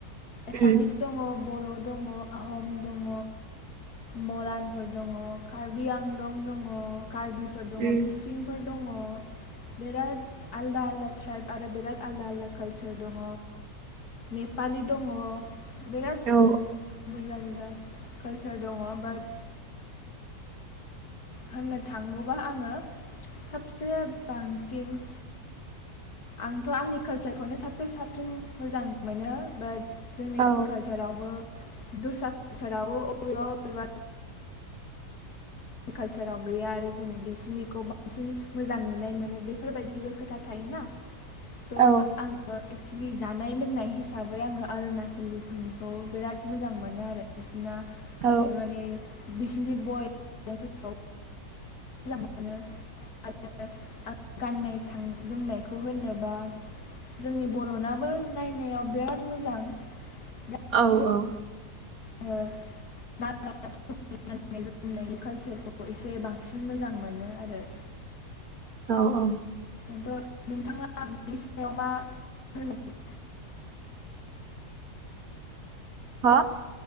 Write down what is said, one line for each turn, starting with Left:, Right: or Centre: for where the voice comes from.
Left: एसामिस
Right: उम
Left: दङ बर' दङ आहम दङ मरानफोर दङ कार्बि आंलं दङ कार्बिफोर दङ
Right: उम
Left: मिसिंफोर दङ बिराद आलदा आलदा ट्राइब आरो बिराद आलदा आलदा कालचार दङ नेपालि दङ बिराद
Right: औ
Left: बुरजा बुरजा कालचार दङ बाट होननो थांगौबा आङो सबसे बांसिन आंथ' आंनि कालसारखौनो साबसिन साबसिन मोजां मोनो बाट जोंनि
Right: औ
Left: कालचारावबो दस्रा कालचारावबो बबेबा बबेबा कालचाराव गैया आरो जों बिसोरनिखौ बांसिन मोजां नुनाय मोनो बेफोरबायदिबो खोथा थायोना थ'
Right: औ
Left: आङो एक्सलि जानाय लोंनाय हिसाबै आङो अरुणाचलिफोरनिखौ बिराद मोजां मोनो आरो बिसिना
Right: औ
Left: माने बिसोरनि बय बनायफोरखौ मोजां मोनो आरो आं गाननाय जोमनायखौ होनोबा जोंनि बर'नाबो नायनायाव बिराद मोजां बिराद सुन्दर
Right: औ औ
Left: आङो नागाफोरनि गाननाय जोमनायनि कालसारखौ एसे बांसिन मोजां मोनो आरो
Right: औ औ
Left: न्थ' नोंथाङा बिनि सायाव मा फोरमाय
Right: हा